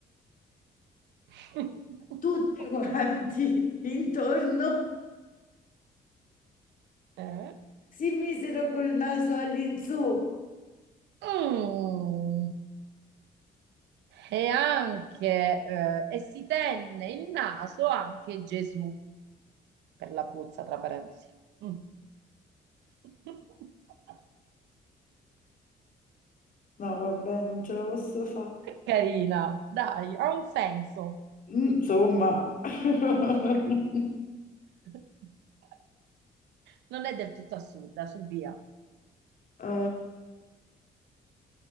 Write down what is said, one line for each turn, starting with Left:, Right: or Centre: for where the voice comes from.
Right: <laughs>
Left: Tutti quanti <laughs> intorno
Right: Eh?
Left: si misero col naso all'insù.
Right: Mm. E anche, eh, e si tenne il naso anche Gesù, per la puzza, tra parentesi. Mm. <laughs>
Left: No, vabbè, non ce la posso fare.
Right: Carina, dai, ha un senso.
Left: Insomma, <laughs>
Right: <laughs> Non è del tutto assurda, su via.
Left: Eh,